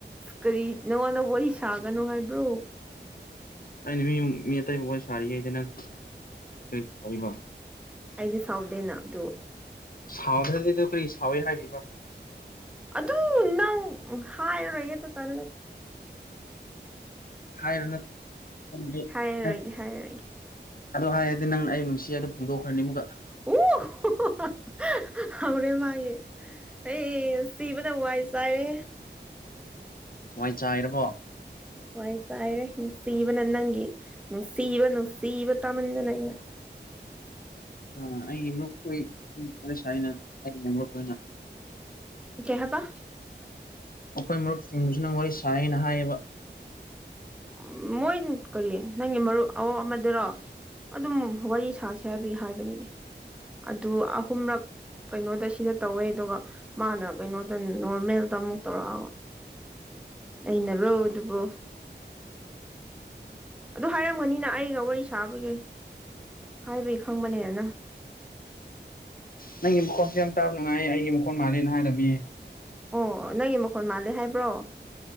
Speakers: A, in the centre; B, on the left (about 50°).
A: ꯀꯔꯤ ꯅꯉꯣꯟꯗ ꯋꯥꯔꯤ ꯁꯥꯒꯅꯣ ꯍꯥꯏꯕ꯭ꯔꯣ
B: ꯑꯩꯅ ꯃꯤ ꯃꯤ ꯑꯇꯩ ꯋꯥꯔꯤ ꯁꯥꯔꯤꯉꯩꯗ ꯅꯪ ꯀꯔꯤ ꯐꯥꯎꯕꯔꯥ
A: ꯑꯩꯗꯤ ꯁꯥꯎꯗꯦꯅ ꯑꯗꯨ
B: ꯁꯥꯎꯗꯔꯗꯤ <unintelligible> ꯀꯔꯤ ꯁꯥꯎꯋꯏ ꯍꯥꯏꯕꯤꯕ
A: ꯑꯗꯨ ꯅꯪ ꯍꯥꯏꯔꯔꯣꯏꯒꯦꯇ ꯇꯜꯂꯦ
B: ꯍꯥꯏꯌꯨ <unintelligible>
A: ꯍꯥꯏꯔꯔꯣꯏꯒꯦ ꯍꯥꯏꯔꯔꯣꯏꯒꯦ
B: ꯑꯗꯣ ꯍꯥꯏꯔꯗꯤ ꯅꯪꯅ ꯑꯩ ꯅꯨꯡꯁꯤ ꯍꯥꯏꯅ ꯐꯣꯡꯗꯣꯛꯈ꯭ꯔꯅꯤ ꯑꯃꯨꯛꯀꯥ
A: ꯑꯣ <unintelligible> ꯍꯧꯔꯦ ꯃꯥꯒꯤ ꯑꯩ ꯅꯨꯡꯁꯤꯕꯅꯥ ꯋꯥꯏ ꯆꯥꯏꯔꯦ
B: ꯋꯥꯏ ꯆꯥꯏꯔꯕꯣ
A: ꯋꯥꯏ ꯆꯥꯏꯔꯦ ꯅꯨꯡꯁꯤꯕꯅ ꯅꯪꯒꯤ ꯅꯨꯡꯁꯤꯕ ꯅꯨꯡꯁꯤꯕ ꯇꯥꯃꯟꯗꯅ ꯑꯩꯅ
B: ꯑꯩ ꯑꯩꯦꯝꯛꯣꯏꯁ <unintelligible> ꯑꯩꯅ ꯑꯩꯦꯝꯛꯅ <unintelligible>
A: ꯀꯩ ꯍꯥꯏꯕꯥ
B: ꯑꯩꯈꯣꯏ ꯃꯔꯨꯞꯁꯤꯡꯕꯨꯁꯨꯅ ꯅꯪ ꯋꯥꯔꯤ ꯁꯥꯏꯅ ꯍꯥꯏꯌꯦꯕ
A: ꯎꯝ ꯃꯣꯏ ꯀꯔꯤ ꯅꯪꯒꯤ ꯃꯔꯨꯞ ꯑꯋ ꯑꯃꯗꯔꯣ ꯑꯗꯨꯝ ꯋꯥꯔꯤ ꯁꯥꯁꯦ ꯍꯥꯏꯕꯒꯤ ꯍꯥꯏꯕꯅꯤꯅꯦ ꯑꯗꯨ ꯑꯍꯨꯝꯔꯛ ꯀꯩꯅꯣꯗ ꯁꯤꯗ ꯇꯧꯋꯦ ꯑꯗꯨꯒ ꯃꯥꯅ ꯀꯩꯅꯣꯗ ꯅꯣꯔꯃꯦꯜꯗ ꯑꯃꯨꯛ ꯇꯧꯔꯛꯑꯕ ꯑꯩꯅꯔꯣ ꯑꯗꯨꯕꯨ ꯑꯗꯨ ꯍꯥꯏꯔꯝꯒꯅꯤꯅ ꯑꯩꯒ ꯋꯥꯔꯤ ꯁꯥꯕꯒꯤ ꯍꯥꯏꯕꯒꯤ ꯈꯪꯕꯅꯦ ꯅꯪ
B: ꯅꯪꯒꯤ ꯃꯈꯣꯟꯁꯦ ꯌꯥꯝ ꯇꯥꯕ ꯅꯨꯡꯉꯥꯏꯌꯦ ꯑꯩꯒꯤ ꯃꯈꯣꯟꯜ ꯃꯥꯜꯂꯦꯅ ꯍꯥꯏꯔꯝꯃꯤ
A: ꯑꯣ ꯅꯪꯒꯤ ꯃꯈꯣꯟ ꯃꯥꯜꯂꯦ ꯍꯥꯏꯕ꯭ꯔꯣ